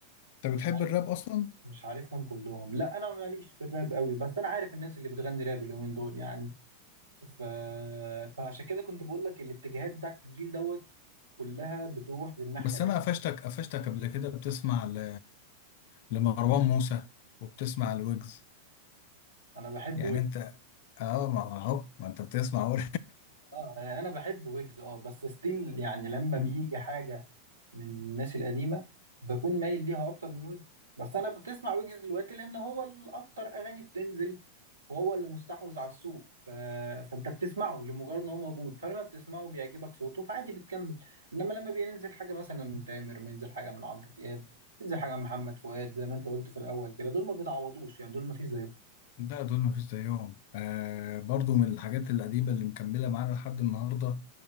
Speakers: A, on the left; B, on the right.
A: انت
B: مش
A: بتحب
B: عارف
A: الراب اصلا
B: مش عارفهم كلهم لا انا ماليش في الراب قوي بس انا عارف الناس اللي بتغني راب اليومين دول يعني ف... فعشان كده كنت بقول لك الاتجاهات بتاعت الجيل دوت كلها بتروح للناحيه
A: بس
B: دي
A: انا قفشتك قفشتك قبل كده بتسمع ل... لمروان موسى وبتسمع الويجز
B: انا بحب
A: يعني
B: ويجز
A: انت اه ما ما هو ما انت بتسمع أهو.
B: اه يعني انا بحب ويجز اه بس ستيل يعني لما
A: <laughs>
B: بيجي حاجه من الناس القديمه بكون مايل ليها اكتر من ويجز بس انا بتسمع ويجز دلوقتي لان هو الاكتر اغاني بتنزل وهو اللي مستحوذ على السوق ف... فانت بتسمعه لمجرد ان هو موجود فلما بتسمعه بيعجبك صوته فعادي بتكمل انما لما بينزل حاجه مثلا من تامر بينزل حاجه من عمرو دياب بينزل حاجه من محمد فؤاد زي ما انت قلت في الاول كده دول ما بيتعوضوش يعني دول ما فيش زيهم
A: لا دول مفيش زيهم آه برضو من الحاجات القديمة اللي مكملة معانا لحد النهاردة